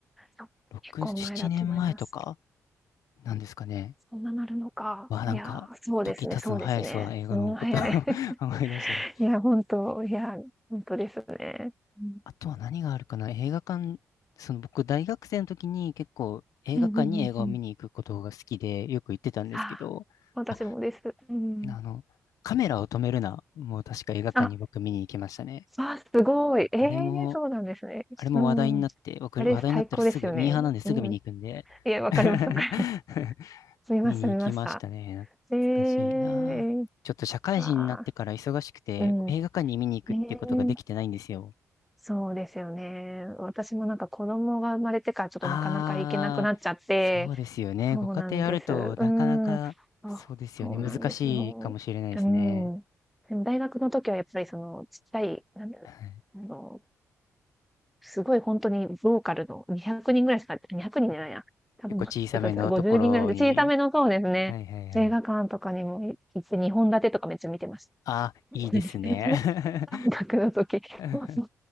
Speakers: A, in the centre; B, on the left (about 80°).
A: そう、
B: 6、
A: 結構前だと思います。
B: 7年前とかなんですかね。
A: そんななるのか。
B: まあなんか、
A: いやー、そうですねそうですね。
B: 時経つの早いっすわ、映画のことを
A: うん、早い。
B: <laughs>
A: <laughs>
B: 考え出したら。
A: いや、ほんと、いや、ほんとですね。うん。
B: あとは何があるかな映画館、その僕大学生の時に結構映画館に映画を見に行くことが好きでよく行ってたんですけど、
A: うんうんうんうん。あー私もです。
B: あ、
A: うん。
B: あの、カメラを止めるな、もう確か映画館に僕見に行きましたね。
A: あ、あ、すごい。ええ、
B: あれも、
A: そうなんですね。
B: あれも話題になって、
A: うん。
B: 僕話題になったらすぐ、
A: あれ最高ですよね。
B: ミーハーなんですぐ見に行くんで。
A: うん。いや、わかりますわかります。
B: <laughs>
A: <laughs> 見ました見ました。
B: 見に行きましたね。
A: ええ、
B: 懐かしいなあ。ちょっと社会人になってから忙しくて、
A: わあ、うん、
B: 映画館に見に行くってことができてないんですよ。
A: ねえ、そうですよね。私もなんか子供が生まれてからちょっとなかなか行けなくなっちゃって、
B: ああ、そうですよね。
A: そうなんです。
B: ご家庭あると、なかなか、
A: うん。あ、
B: そうですよね。
A: そうなんです。
B: 難しいかもしれないですね。
A: そううん。でも大学の時はやっぱりそのちっちゃい、なんだろ
B: <laughs> はい
A: う、あのすごい本当にローカルの200人ぐらいしか200人じゃないな。多分もっと違う、
B: 結構小さめのところに。
A: 50人ぐらいで、小さめのそうですね、
B: はいはいはい。
A: 映画館とかにもい行って2本立てとかめっちゃ見てました。
B: あ、
A: <laughs>
B: いいですね。
A: 3泊の時。
B: <laughs>
A: そう